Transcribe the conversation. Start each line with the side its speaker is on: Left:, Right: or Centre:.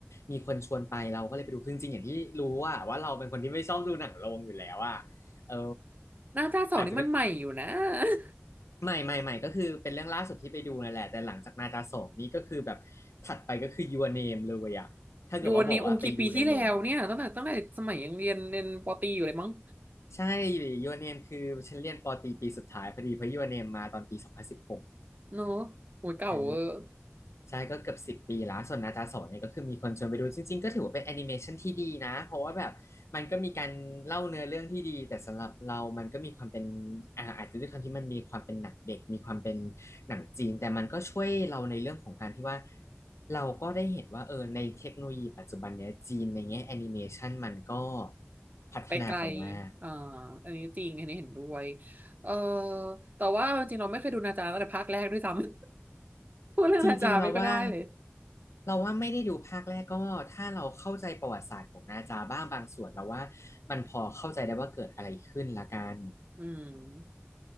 Left: มีคนชวนไปเราก็เลยไปดูคือจริงๆอย่างที่รู้ว่าว่าเราเป็นคนที่ไม่ชอบดูหนังโรงอยู่แล้วอ่ะเออ
Right: หน้าจ้าสองนี่มันใหม่อยู่นะ
Left: อาจจะ
Right: <laughs>
Left: ไม่ไม่ไม่ก็คือเป็นเรื่องล่าสุดที่ไปดูนั่นแหละแต่หลังจากนาจาสองนี่ก็คือแบบถัดไปก็คือ Your Name เลยอะถ้าเกิดว่าบอกว่าไปดูในโรง
Right: โยนในอูกี่ปีที่แล้วเนี่ยตั้งแต่ตั้งแต่สมัยยังเรียนเรียนปอตรีอยู่เลยมั้ง
Left: ใช่ Your Name คือฉันเรียนปอตรีปีสุดท้ายพอดีเพราะ Your Name มาตอนปีสองพันสิบหก
Right: เนอะโอ้ยเก่าเวอร์
Left: อ่า ใช่ก็เกือบสิบปีแล้วส่วนนาจาโสเนี่ยก็คือมีคนชวนไปดูจริงๆก็ถือว่าเป็นแอนิเมชันที่ดีนะเพราะว่าแบบมันก็มีการเล่าเนื้อเรื่องที่ดีแต่สำหรับเรามันก็มีความเป็นอ่าอาจจะด้วยความที่มันมีความเป็นหนังเด็กมีความเป็นหนังจีนแต่มันก็ช่วยเราในเรื่องของการที่ว่าเราก็ได้เห็นว่าเออในเทคโนโลยีปัจจุบันเนี้ยจีนในแง่แอนิเมชันมันก็พัฒนาไปมาก
Right: ไปไกลอ่าอันนี้จริงอันนี้เห็นด้วยเออแต่ว่าจริงๆเราไม่เคยดูนาจาตั้งแต่ภาคแรกด้วยซ้ำ <laughs> พูดเรื่องนาจาไม่ค่อยได้เลย
Left: จริงๆเราว่าเราว่าไม่ได้ดูภาคแรกก็ถ้าเราเข้าใจประวัติศาสตร์ของนาจาบ้างบางส่วนเราว่ามันพอเข้าใจได้ว่าเกิดอะไรขึ้นละกัน
Right: อืม